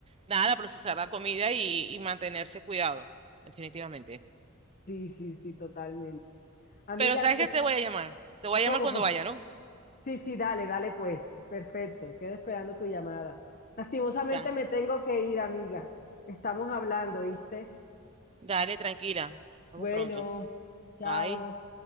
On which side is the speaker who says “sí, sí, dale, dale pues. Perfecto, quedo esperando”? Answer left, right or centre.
Left